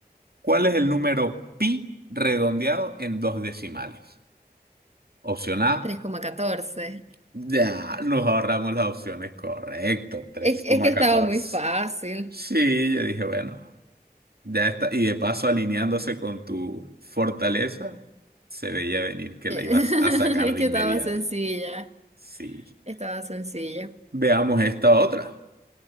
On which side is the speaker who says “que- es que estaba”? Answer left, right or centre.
Right